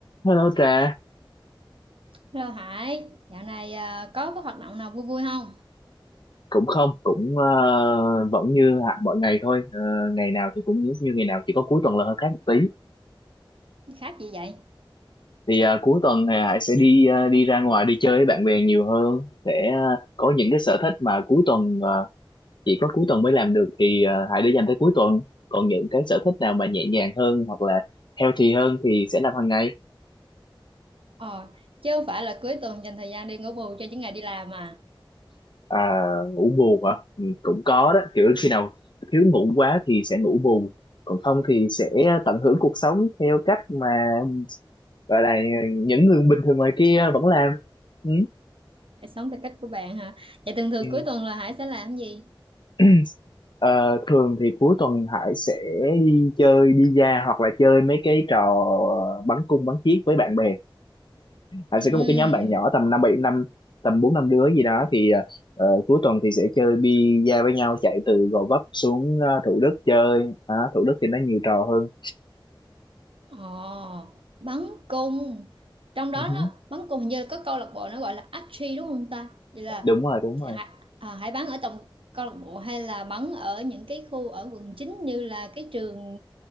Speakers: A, on the left; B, on the right.
A: Hello Trà,
B: Hello Hải, dạo này à, có cái hoạt động nào vui vui không?
A: cũng không, cũng ờ, vẫn như hạt mọi ngày thôi. Ờ, ngày nào thì cũng như, như ngày nào, chỉ có cuối tuần là hơi khác một tí.
B: Khác gì vậy?
A: Thì ờ, cuối tuần thì Hải sẽ đi ờ, đi ra ngoài đi chơi với bạn bè nhiều hơn, sẽ ờ, có những cái sở thích mà cuối tuần ờ, chỉ có cuối tuần mới làm được thì ờ, Hải để dành tới cuối tuần. Còn những cái sở thích nào mà nhẹ nhàng hơn hoặc là healthy hơn thì sẽ làm hàng ngày.
B: Ờ, chứ không phải là cuối tuần dành thời gian đi ngủ bù cho những ngày đi làm à.
A: à, ngủ bù hả ừ, cũng có đó kiểu khi nào thiếu ngủ quá thì sẽ ngủ bù còn không thì sẽ tận hưởng cuộc sống theo cách mà gọi là những người bình thường ngoài kia vẫn làm ừ.
B: Hãy sống theo cách của bạn hả? Vậy thường thường
A: Ừ.
B: cuối tuần là Hải sẽ làm cái gì?
A: <clears throat> Ờ, thường thì cuối tuần Hải sẽ đi chơi đi ra hoặc là chơi mấy cái trò bắn cung bắn chiếc với bạn bè anh
B: Ừm,
A: sẽ có một cái nhóm bạn nhỏ tầm năm bảy năm tầm bốn năm đứa gì đó thì ờ, cuối tuần thì sẽ chơi bi-a với nhau chạy từ Gò Vấp xuống ờ, Thủ Đức chơi Đó, Thủ Đức thì nó nhiều trò hơn
B: Ồ, bắn cung. Trong đó
A: Ừ,
B: nó bắn cung hình như có câu lạc bộ nó gọi là archery đúng không ta? Vậy là
A: đúng rồi đúng rồi
B: Hải, à, Hải bắn ở trong câu lạc bộ hay là bắn ở những cái khu ở quận 9 như là cái trường